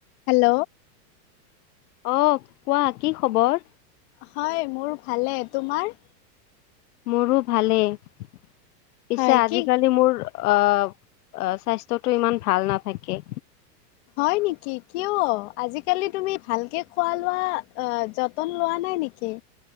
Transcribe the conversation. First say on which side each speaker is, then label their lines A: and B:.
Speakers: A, on the left (about 40°); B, on the left (about 65°).
A: Hello.
B: অঁ কোৱা কি খবৰ?
A: হয়, মোৰ ভালে, তোমাৰ?
B: মোৰো ভালেই, পিছে
A: হয়
B: আজিকালি
A: কি
B: মোৰ অ, অ, স্বাস্থ্যটো ইমান ভাল নাথাকে।
A: হয় নেকি কিয়? আজিকালি তুমি ভালকে খোৱা লোৱা অঁ যত তন লোৱা নাই নেকি?